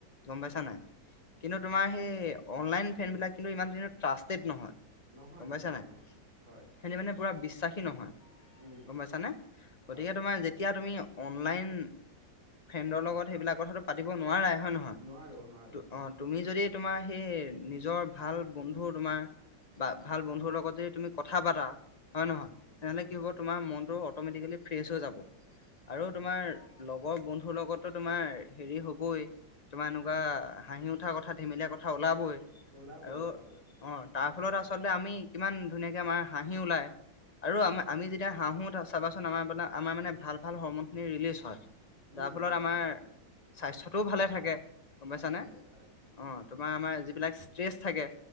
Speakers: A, on the left; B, on the right.
A: গম পাইছা
B: উম,
A: নাই? কিন্তু তোমাৰ সেই অনলাইন ফেনবিলাক কিন্তু ইমান কিন্তু ট্ৰাষ্টেড নহয়।
B: নহয়,
A: গম
B: নহয়
A: পাইছা নাই?
B: অ', হয়,
A: সেতি মানে পুৰা বিশ্বাসী নহয়। গম
B: উম,
A: পাইছানে
B: হয়,
A: গতিকে তোমাৰ যেতিয়া তুমি অনলাইন ফ্ৰেণ্ডৰ লগত সেইবিলাক কথাটো পাতিব নোৱাৰাই হয় নহয়
B: নোৱাৰো, নোৱাৰো হয়,
A: অ তুমি যদি তোমাৰ সেই নিজৰ ভাল বন্ধু তোমাৰ বা ভাল বন্ধুৰ লগত যদি তুমি কথা পাতা হয় নহয় তেনেহ'লে কি হ'ব তোমাৰ মনটো অটমেটিকেলি ফ্ৰেছ হৈ যাব।
B: হয়,
A: আৰু তোমাৰ
B: হয়,
A: লগৰ বন্ধুৰ লগততো তোমাৰ হেৰি হ'বই তোমাৰ এনেকোৱা হাঁহি উঠা কথা ধেমেলীয়া কথা ওলাবই।
B: ওলাবই,
A: আৰু
B: ওলাবই।
A: অ, তাৰ ফলত আচলতে আমি কিমান ধুনীয়াকে আমাৰ হাঁহি ওলায় আৰু আমা
B: হয়,
A: আমি যি তিয়া হাঁহো চাবাচোন আমাৰ মান আমাৰ মানে ভাল ভাল হৰমন খিনি ৰিলিজ হয়।
B: উম,
A: যাৰ ফলত
B: উম,
A: আমাৰ
B: হয়।
A: স্বাস্থ্যটোও ভালে থাকে। গম
B: ভালে
A: পাইছানে
B: থাকে হয়।
A: অ, তোমাৰ আমাৰ যিবিলাক ষ্ট্ৰেচ থাকে